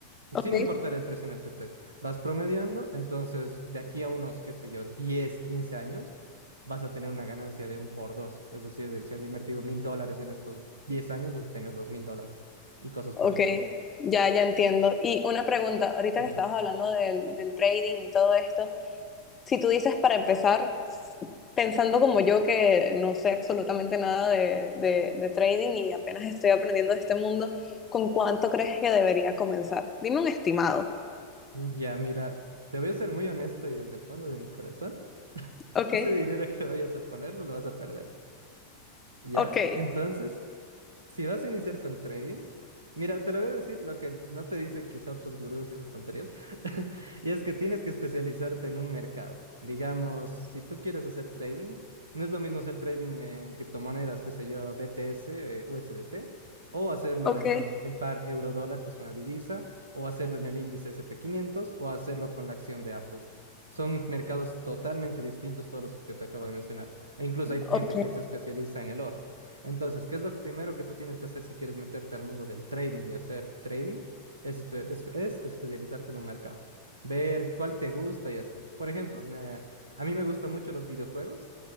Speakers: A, on the left; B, on the right.
A: ok,
B: sin importar el precio en el que esté. Vas promediando, entonces de aquí a unos, qué sé yo, 10 15 años, vas a tener una ganancia de un por dos. Es decir, si has invertido mil dólares en estos 10 años, vas a tener dos mil dólares y cosas
A: ok.
B: por el estilo.
A: Ya, ya entiendo. Y una pregunta, ahorita
B: Dime.
A: que estabas hablando del, del trading y todo esto, si tú dices para empezar, pensando como yo que no sé absolutamente nada de, de- de trading y apenas estoy aprendiendo de este mundo, ¿con cuánto crees que debería comenzar? Dime un estimado.
B: Ya, mira, te voy a ser muy honesta y desde el fondo de mi corazón,
A: Ok,
B: ese dinero que vayas a ponerlo lo vas a perder. Ya,
A: ok,
B: entonces... Si vas a iniciar con trading, mira, te lo voy a decir lo que no te dicen quizá otros gurús y esas tonterías, <laughs> y es que tienes que especializarte en un mercado. Digamos, si tú quieres hacer trading, no es lo mismo hacer trading en criptomonedas, que sé yo, BTS, eh, USDT, o hacerlo
A: ok,
B: en el par euro-dólar, que es una divisa, o hacerlo en el índice S&P quinientos, o hacerlo con la acción de Apple. Son mercados totalmente distintos todos los que te acabo de mencionar. E incluso hay gente
A: ok,
B: que se especializa en el oro. Entonces, ¿qué es lo primero que tú tienes que hacer si quieres meterte al mundo del trading y hacer trading? Es, espe- es- es especializarte en un mercado, ver cuál te gusta y esto. Por ejemplo, me- a mí me gustan mucho los videojuegos,